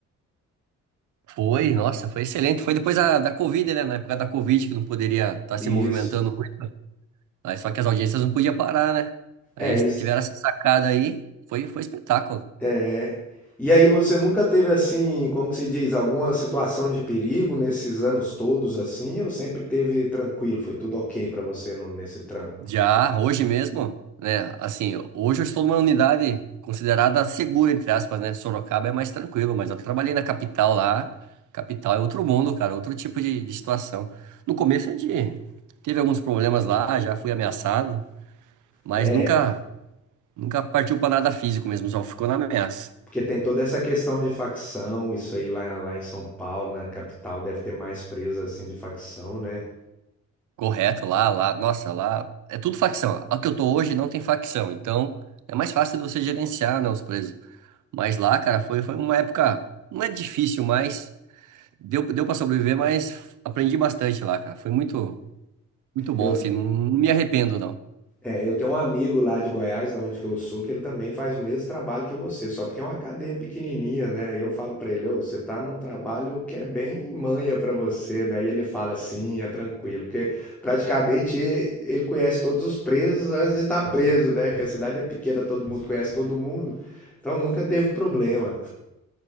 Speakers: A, on the right; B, in the centre.
A: Foi, nossa, foi excelente. Foi depois da, da Covid, né? Na época da Covid que não poderia estar
B: Isso.
A: se movimentando muito. Aí, só que as audiências não podiam parar, né? Aí
B: É
A: eles
B: isso.
A: tiveram essa sacada aí, foi, foi espetáculo.
B: É. E aí você nunca teve assim, como que se diz, alguma situação de perigo nesses anos todos assim, ou sempre teve tranquilo, foi tudo ok pra você no- nesse trampo?
A: Já hoje mesmo, né? Assim, hoje eu estou numa unidade considerada segura, entre aspas, né? Sorocaba é mais tranquilo, mas eu trabalhei na capital lá. Capital é outro mundo, cara, outro tipo de, de situação. No começo a gente teve alguns problemas lá, já fui ameaçado, mas
B: É,
A: nunca, nunca partiu para nada físico mesmo, só ficou na ameaça.
B: porque tem toda essa questão de facção, isso aí lá, lá em São Paulo, na capital, deve ter mais presa assim de facção, né?
A: Correto, lá, lá, nossa, lá é tudo facção. A que eu tô hoje não tem facção, então é mais fácil de você gerenciar, né, os presos. Mas lá, cara, foi, foi uma época, não é difícil, mas. Deu, deu para sobreviver, mas aprendi bastante lá, cara. Foi muito, muito bom,
B: Eu
A: assim. Não, não me arrependo, não.
B: É, eu tenho um amigo lá de Goiás, da onde que eu sou, que ele também faz o mesmo trabalho que você, só porque é uma cadeia pequenininha, né? Eu falo pra ele, ô, você tá num trabalho que é bem manha pra você. Daí ele fala assim, é tranquilo, porque praticamente e- ele conhece todos os presos antes de estar preso, né? Que a cidade é pequena, todo mundo conhece todo mundo, então nunca teve problema.